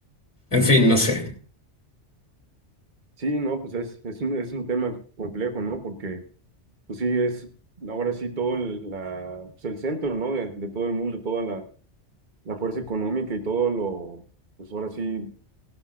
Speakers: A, on the left (about 25°); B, on the right (about 45°).
A: En fin, no sé.
B: Sí, no, pues es, es un, es un tema complejo, ¿no? Porque... Pues sí, es ahora sí todo el, la, pues el centro, ¿no? De, de todo el mundo, toda la, la fuerza económica y todo lo, pues ahora sí,